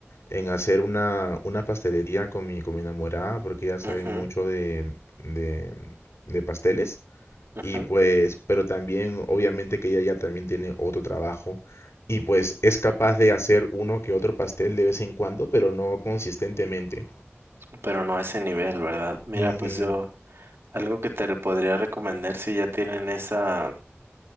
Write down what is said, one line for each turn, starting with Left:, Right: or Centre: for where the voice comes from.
Left: en hacer una, una pastelería con mi, con mi enamorada porque ella sabe
Right: Ujú,
Left: mucho de, de de pasteles.
Right: ujú,
Left: Y pues, pero también obviamente que ella ya también tiene otro trabajo y pues es capaz de hacer uno que otro pastel de vez en cuando, pero no consistentemente.
Right: Pero no a ese nivel, ¿verdad? Mira,
Left: Ujú.
Right: pues yo... Algo que te re- podría recomendar si ya tienen esa,